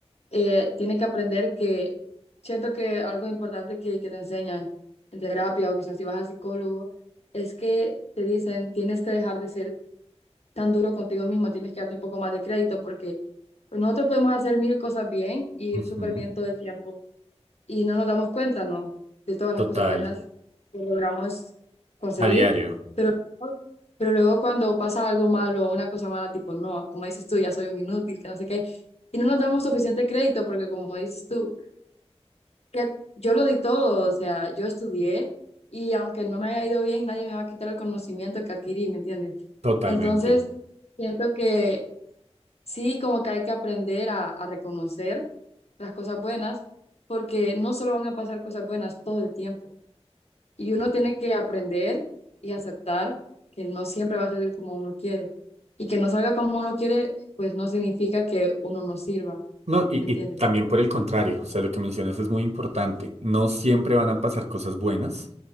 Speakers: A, on the left; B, on the right.
A: eh, tiene que aprender que siento que algo importante que, que te enseñan en terapia o quizás si vas al psicólogo es que te dicen tienes que dejar de ser tan duro contigo mismo, tienes que darte un poco más de crédito porque nosotros podemos hacer mil cosas bien y
B: Ujú,
A: ir súper bien todo el tiempo y no nos damos cuenta, ¿no? De todas las
B: Total,
A: cosas buenas que logramos conseguir,
B: a diario,
A: pero, pero luego cuando pasa algo malo o una cosa mala, tipo, no, como dices tú, ya soy un inútil, que no sé qué, y no nos damos suficiente crédito porque como dices tú, que yo lo di todo, o sea, yo estudié y aunque no me haya ido bien, nadie me va a quitar el conocimiento que adquirí, ¿me entiendes?
B: totalmente.
A: Entonces, siento que... Sí, como que hay que aprender a, a reconocer las cosas buenas, porque no solo van a pasar cosas buenas todo el tiempo. Y uno tiene que aprender y aceptar que no siempre va a salir como uno quiere. Y que no salga como uno quiere, pues no significa que uno no sirva,
B: No, y,
A: ¿me entiendes?
B: y también por el contrario, o sea, lo que mencionas es muy importante. No siempre van a pasar cosas buenas,